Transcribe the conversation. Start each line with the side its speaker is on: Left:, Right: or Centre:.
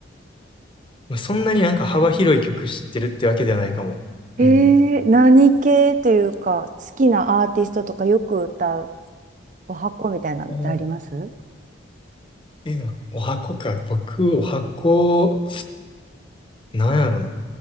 Left: まあ、そんなになんか幅広い曲知ってるってわけではないかも。
Right: え
Left: うん。
Right: ー、何系というか、好きなアーティストとかよく歌う、お箱みたいなのってあります
Left: あーえ、でもお箱か。僕、お箱、なんやろ